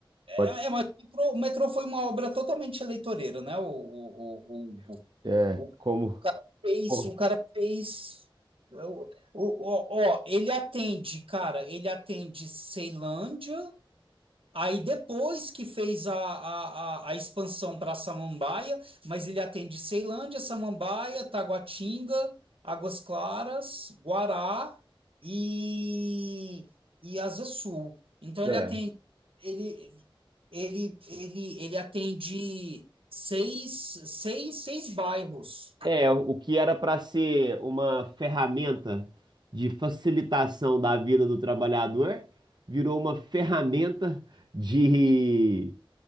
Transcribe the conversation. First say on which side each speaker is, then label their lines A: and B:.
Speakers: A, on the right (about 80°); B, on the right (about 55°).
A: É,
B: pode,
A: é, mas o metrô, o metrô foi uma obra totalmente eleitoreira, né? O, o, o,
B: é,
A: o, o
B: como.
A: cara fez,
B: como-
A: o cara fez. O, o, o- ó, ele atende, cara, ele atende Ceilândia, Aí depois que fez a, a, a, a expansão para Samambaia, mas ele atende Ceilândia, Samambaia, Taguatinga, Águas Claras, Guará e, e Asa Sul. Então ele
B: é.
A: atende ele, ele, ele, ele atende seis, seis, seis bairros.
B: É, o que era para ser uma ferramenta de facilitação da vida do trabalhador, virou uma ferramenta de